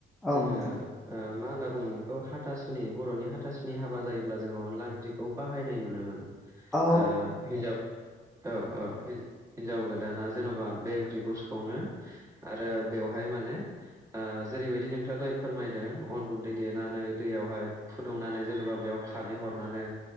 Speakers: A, on the right; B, in the centre.
A: जोङो
B: औ नोंथां
A: ओ मा होनना बुगोन बेखौ हाथासुनि बर'नि हाथासुनि हाबा जायोब्ला जोङो अनला ओख्रिखौ बाहायनाय नु नुनो मोनो
B: औ
A: ओ हिनजाव औ औ हिजाव गोदाना जेन'बा बे ओंख्रिखौ सङो आरो बेवहाय माने ओ जेरैबायदि नोंथाङा दहाय फो फोरमायदों अन गुन्दै देनानै दैयावहाय फुदुंनानै जेनेबा बेयाव खारै हरनानै